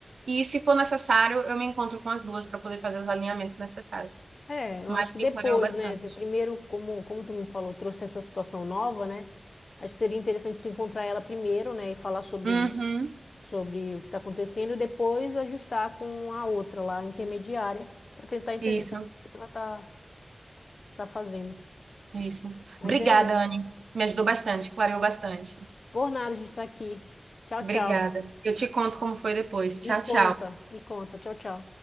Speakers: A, on the right; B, on the left.
A: E, se for necessário, eu me encontro com as duas para poder fazer os alinhamentos necessários.
B: É, eu
A: Mas
B: acho que depois,
A: me clareou bastante.
B: né? do Primeiro, como, como tu me falou, trouxe essa situação nova, né? Acho que seria interessante tu encontrar ela primeiro, né? E falar sobre
A: Uhum.
B: isso, sobre o que está acontecendo, e depois ajustar com a outra lá, intermediária, para tentar entender
A: Isso.
B: também o que ela tá, tá fazendo.
A: É Isso.
B: Mas
A: Obrigada,
B: é isso.
A: Anne. Me ajudou bastante, clareou bastante.
B: Por nada a gente tá aqui. Tchau,
A: Obrigada.
B: tchau.
A: Eu te conto como foi depois. Tchau,
B: Me
A: tchau.
B: conta, me conta. Tchau, tchau.